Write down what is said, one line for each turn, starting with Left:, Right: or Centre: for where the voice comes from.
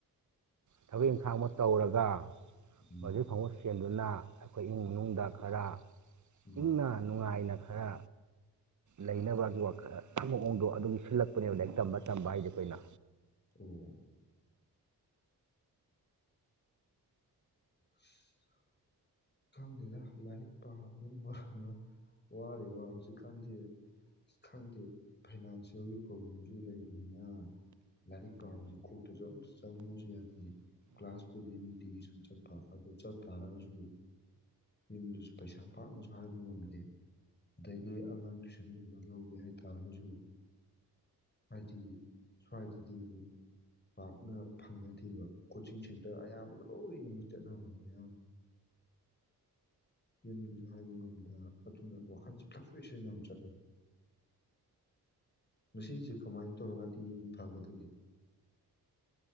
Right: ꯊꯕꯛ ꯏꯪꯈꯥꯡꯃ ꯇꯧꯔꯒ
Left: ꯎꯝ
Right: ꯋꯥꯖꯦ ꯐꯪꯉꯣꯏ ꯆꯦꯟꯗꯨꯅ ꯑꯩꯈꯣꯏ ꯏꯃꯨꯡ ꯃꯅꯨꯡꯗ ꯈꯔ
Left: ꯎꯝ
Right: ꯏꯪꯅ ꯅꯨꯡꯏꯅ ꯈꯔ ꯂꯩꯅꯕꯒꯤ ꯋꯥꯈꯜ ꯃꯑꯣꯡꯗꯣ ꯑꯗꯨꯒꯤ ꯁꯤꯜꯂꯛꯄꯅꯦꯕ ꯂꯥꯏꯔꯤꯛ ꯇꯝꯕ ꯇꯝꯕ ꯍꯥꯏꯗꯤ ꯑꯩꯈꯣꯏꯅ
Left: ꯑꯣ ꯑꯁ ꯈꯪꯗꯦꯗ ꯂꯥꯏꯔꯤꯛ ꯄꯥꯕꯗꯨꯅ ꯃꯔꯝ ꯋꯥꯔꯤꯕ ꯍꯧꯖꯤꯛꯀꯥꯟꯁꯦ ꯑꯁ ꯈꯪꯗꯦ ꯐꯥꯏꯅꯥꯟꯁꯤꯌꯦꯜꯒꯤ ꯄ꯭ꯔꯣꯕ꯭ꯂꯦꯝꯁꯨ ꯂꯩꯕꯅꯤꯅ ꯂꯥꯏꯔꯤꯛ ꯄꯥꯕꯕꯁꯤ ꯀꯣꯛꯇꯁꯨ ꯑꯝꯇ ꯆꯪꯉꯁꯨ ꯌꯥꯗꯦ ꯀ꯭ꯂꯥꯁꯄꯨꯗꯤ ꯅꯨꯡꯇꯤꯒꯤ ꯁꯨꯝ ꯆꯠꯄ ꯑꯗꯨ ꯆꯠ ꯇꯥꯔꯒꯁꯨ ꯌꯨꯝꯗꯁꯨ ꯄꯩꯁꯥ ꯄꯥꯛꯅꯁꯨ ꯍꯥꯏꯕ ꯉꯝꯗꯦ ꯑꯗꯒꯤ ꯑꯉꯥꯡ ꯇ꯭ꯏꯁꯟꯒꯨꯝꯕ ꯂꯧꯒꯦ ꯍꯥꯏꯇꯥꯔꯒꯁꯨ ꯍꯥꯏꯗꯤ ꯁ꯭ꯋꯥꯏꯗꯗꯤ ꯑꯃꯨꯛ ꯄꯥꯛꯅ ꯐꯪꯅꯗꯦꯕ ꯀꯣꯆꯤꯡ ꯁꯦꯟꯇꯔ ꯑꯌꯥꯝꯕꯗ ꯂꯣꯏꯅꯃꯛ ꯆꯠꯅꯕꯅꯤꯅ ꯌꯨꯝꯗꯨꯁꯨ ꯍꯥꯏꯕ ꯉꯝꯗ ꯑꯗꯨꯗ ꯋꯥꯈꯜꯁꯦ ꯈꯛ ꯁꯣꯏꯁ ꯌꯥꯝ ꯆꯠꯂꯤ ꯃꯁꯤꯁꯤꯁꯦ ꯀꯃꯥꯏꯅ ꯇꯧꯔꯒꯗꯤ ꯐꯒꯗꯒꯦ